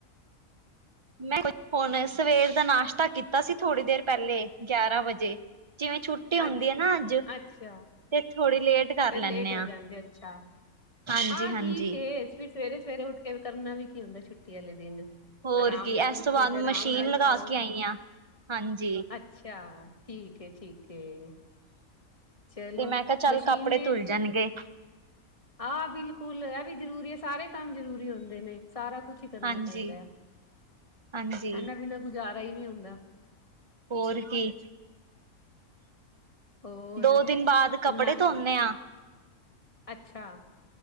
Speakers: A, on the right; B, on the left.
A: ਮੈਂ <unintelligible> ਹੁਨ ਸਵੇਰ ਦਾ ਨਾਸ਼ਤਾ ਕੀਤਾ ਸੀ, ਥੋੜੀ ਦੇਰ ਪੈਲੇ। ਗਿਆਰਾ ਵਜੇ, ਜਿਵੇਂ ਛੁੱਟੀ ਹੂੰਦੀ
B: ਅੱਛਾ
A: ਏ ਨਾ ਅੱਜ,
B: ਅੱਛਾ
A: ਤੇ ਥੋੜੀ ਲੇਟ ਕਰ
B: ਫੇਰ ਲੇਟ
A: ਲੈਂਦੇ
B: ਹੋ
A: ਹਾਂ
B: ਜਾਂਦੇ ਓ ਅੱਛਾ,
A: ਹਾਂਜੀ
B: ਆਂ
A: ਹਾਂਜੀ
B: ਠੀਕ ਏ। ਫਿਰ ਸਵੇਰੇ-ਸਵੇਰੇ ਉੱਠ ਕੇ ਵੀ, ਕਰਨਾ ਵੀ ਕੀ ਹੁੰਦਾ ਏ, ਛੁੱਟੀ ਆਲੇ ਦਿਨ?
A: ਹੋਰ
B: ਅਰਾਮ
A: ਕੀ
B: ਨਾਲ
A: ਇਸ
B: ਉਠੋ,
A: ਤੋਂ ਬਾਅਦ
B: ਤੇ ਅਰਾਮ
A: ਮਸ਼ੀਨ
B: ਨਾਲ
A: ਲਗਾ
B: ਖਾਓ।
A: ਕੇ ਆਈ ਹਾਂ ਹਾਂਜੀ
B: ਅੱਛਾ, ਠੀਕ ਏ, ਠੀਕ ਏ। ਚਲੋ
A: ਤੇ ਮੈ ਕਿਆ ਚੱਲ
B: ਮਸ਼ੀਨ
A: ਕੱਪੜੇ ਧੁੱਲ ਜਾਨਗੇ।
B: ਆ ਬਿਲਕੁਲ, ਏ ਵੀ ਜ਼ਰੂਰੀ ਏ ਸਾਰੇ ਕੰਮ ਜਰੂਰੀ ਹੁੰਦੇ ਨੇ। ਸਾਰਾ ਕੁੱਛ ਈ ਕਰਨਾ
A: ਹਾਂਜੀ
B: ਪੈਂਦਾ
A: ਹਾਂਜੀ
B: ਏਨਾ ਬਿਨਾ ਗੁਜ਼ਾਰਾ ਈ ਨੀ ਹੁੰਦਾ।
A: ਹੋਰ ਕੀ
B: ਹੋਰ
A: ਦੋ ਦਿਨ ਬਾਦ ਕੱਪੜੇ
B: ਹੁਣ ਨਾ
A: ਧੋਨੇ ਆਂ।
B: ਅੱਛਾ।